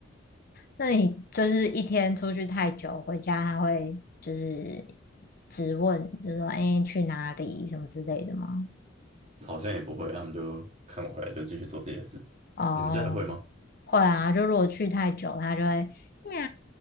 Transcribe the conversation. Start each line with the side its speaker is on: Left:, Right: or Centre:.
Left: 那你就是一天出去太久，回家它会就是质问，就说哎、诶去哪里什么之类的吗？
Right: 好像也不会，他们就看我回来就继续做自己的事。
Left: 哦，
Right: 你们家的会吗？
Left: 会啊，就如果去太久，它就会喵，